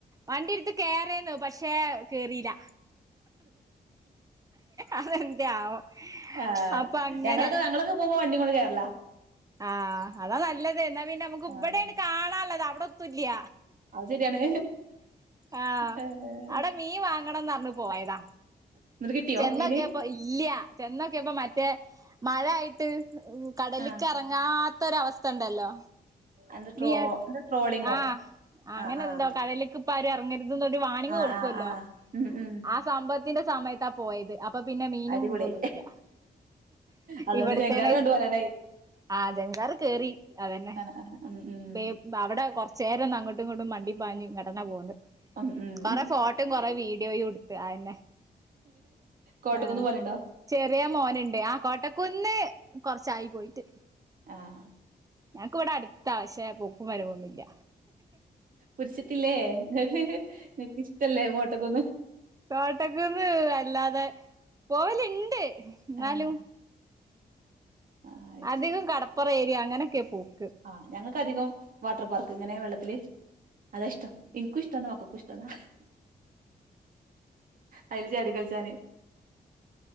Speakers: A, on the right; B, on the right.
A: വണ്ടി എടുത്ത് കേയറന്നു പക്ഷെ പക്ഷെ കേറിയില്ല അതെന്തേ ആവോ
B: ആ
A: അപ്പൊ അങ്ങനെ
B: ഞങ്ങളൊക്കെ ഞങ്ങളൊക്കെ പോകുമ്പോ വണ്ടി കൊണ്ട് കേറല
A: ആഹ് അതാ നല്ലത് എന്നാ പിന്നെ നമുക്ക്
B: ആഹ്
A: ഇവിടെയാണ് കാണാുള്ളത് അവിടെ എത്തുല്ല
B: അത് ശരിയാണ്
A: ആഹ്
B: ഏഹ്
A: അവിടെ മീൻ വാങ്ങണന്ന് പറഞ്ഞു പോയതാ
B: എന്നിട്ട് കിട്ടിയോ
A: ചെന്നൊക്കെപ്പോ
B: മീന്
A: ഇല്യ ചെന്നൊക്കെപ്പോ മറ്റേ മഴ ആയിട്ട് കടല്ക്ക്
B: ആഹ്
A: ഇറങ്ങാത്തൊര അവസ്ഥ ഉണ്ടല്ലോ
B: എന്താ ട്രോ
A: നീ
B: എന്താ ട്രോളിങ്ങോ
A: ആഹ് അങ്ങനെ
B: ആഹ് ആഹ്
A: എന്തോ കടല്ക്ക് ഇപ്പം ആരും എറങ്ങരുത് ഇതൊന്ന ഒരു വാണിങ്
B: ആഹ്
A: കൊടുക്കുല്ലോ
B: ആഹ് ആഹ് ഉം ഉം
A: ആ സംഭവത്തിന്റെ സമയത്താ പോയത് അപ്പൊ പിന്നെ മീനും
B: അടിപൊളി
A: ഉപോന്നുംല്ല
B: അതുകൊണ്ട്
A: ഇവിടത്തേ
B: ജങ്കാറ് കണ്ടു വരാനായി
A: ആ ജംഗ്‌ർ കേറി അതെന്നെ
B: ആഹ് ആഹ് ഉം ഉം
A: പേ അവിടെ കൊറചെരോന്ന് അങ്ങോട്ടും ഇങ്ങോട്ടും മണ്ടി പാഞ്ഞു ഇങ്ങട്ടെന്നേ പോന്ന്
B: ഉം ഉം
A: കൊറെ ഫോട്ടോയും കൊറ വീഡിയോയുംടുത്ത് അയന്നെ
B: കോട്ടക്കുന്ന്
A: ആ
B: പോവലുണ്ടോ
A: ചെറിയ മോനുണ്ട് ആഹ് കോട്ടക്കുന്ന് കൊറച്ചായി പോയിട്ട്
B: ആഹ്
A: ഞങ്ങക്ക് ഇവിടെ അടുത്ത പക്ഷെ പോക്കും വരവൊന്നുല്ല
B: കുരിഷിട്ടില്ലേ ഇങ്ങക്ക് ഇഷ്ടല്ലേ കോട്ടക്കുന്ന്
A: കോട്ടക്കുന്ന് വല്ലാതെ പോവലുണ്ട് ന്നാലും
B: ആഹ് ആഹ് അയച്ചു
A: അധികം കടപ്പുറം ഏരിയ അങ്ങനെയൊക്കെ പോവു
B: ആ ഞങ്ങക്ക് അധികം വാട്ടർ പാർക്ക് ഇങ്ങനെ വെള്ളത്തില് അതാ ഇഷ്ടം ഇനക്കുഇഷ്ടതാ ഇന്റെ മക്കക്കും ഇഷ്ടതാ അയിൽ ചാടി കളിച്ചാന്